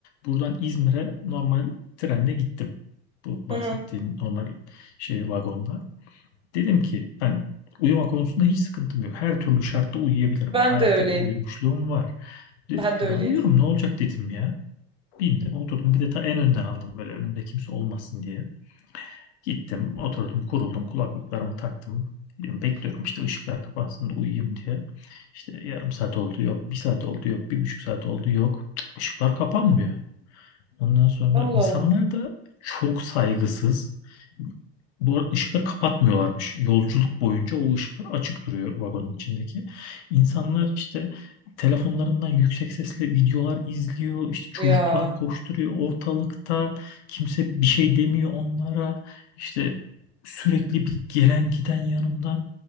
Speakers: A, on the left; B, on the right.
A: Buradan İzmir'e normal trenle gittim. Bu
B: Hı
A: bahsettiğin
B: hı.
A: normal şey vagonda. Dedim ki ben uyuma konusunda hiç sıkıntım yok. Her türlü şartta uyuyabilirim.
B: Ben
A: Yani ayakta
B: de öyleyim.
A: bile uyumuşluğum var. Dedim
B: Ben
A: ki
B: de öyleyim.
A: ben uyurum ne olacak dedim ya. Bilmiyorum oturdum bir de ta en önden aldım böyle önümde kimse olmasın diye. Gittim, oturdum, kuruldum, kulaklıklarımı taktım. Diyorum, Bekliyorum işte ışıklar kapansın da uyuyayım diye. İşte yarım saat oldu yok, bir saat oldu yok, bir buçuk saat oldu yok. Cık, Işıklar kapanmıyor. Ondan sonra
B: Allah
A: insanlar
B: Allah.
A: da çok saygısız. Bu arada ışıkları kapatmıyorlarmış. Yolculuk boyunca o ışıklar açık duruyor vagonun içindeki. İnsanlar işte telefonlarından yüksek sesle videolar izliyor. İşte çocuklar
B: Ya.
A: koşturuyor ortalıkta. Kimse bir şey demiyor onlara. İşte sürekli bir gelen giden yanımdan.